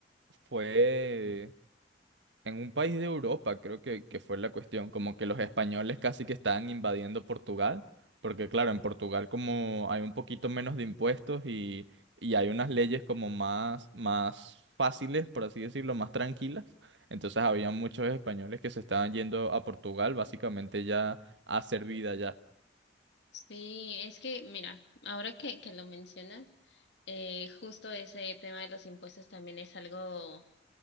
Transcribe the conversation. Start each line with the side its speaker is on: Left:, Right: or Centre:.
Right: fue en un país de Europa, creo que, que fue la cuestión, como que los españoles casi que estaban invadiendo Portugal, porque claro, en Portugal como hay un poquito menos de impuestos y, y hay unas leyes como más, más fáciles, por así decirlo, más tranquilas, entonces había muchos españoles que se estaban yendo a Portugal básicamente ya a hacer vida ya.
Left: Sí, es que, mira, ahora que, que lo mencionas, eh, justo ese tema de los impuestos también es algo,